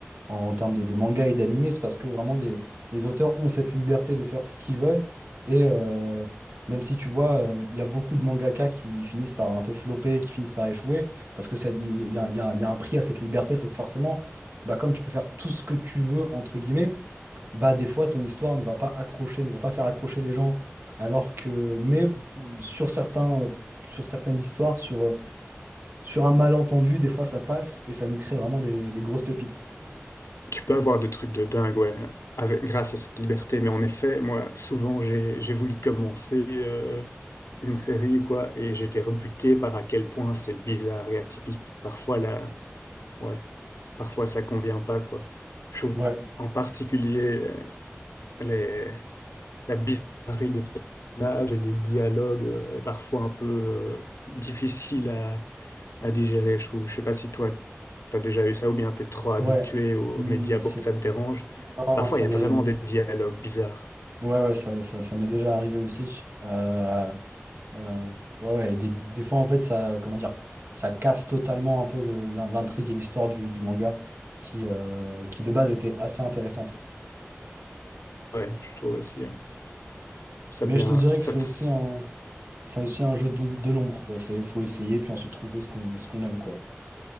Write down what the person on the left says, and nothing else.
Tu peux avoir des trucs de dingue, ouais, avec, grâce à cette liberté. Mais en effet, moi, souvent, j'ai, j'ai voulu commencer euh, une série ou quoi, et j'étais rebuté par à quel point c'est bizarre et atypique. Parfois, là, ouais, parfois ça convient pas, quoi. Je trouve
en particulier euh, les, la bizarrerie des personnages et des dialogues euh, est parfois un peu euh, difficile à, à digérer, je trouve. Je sais pas si toi, t'as déjà eu ça ou bien t'es trop habitué
aux,
aux médias
pour que ça te dérange.
Parfois,
il y
a vraiment des dialogues bizarres.
Ouais, je trouve aussi. ouais. Ça
devient...
Ça
te-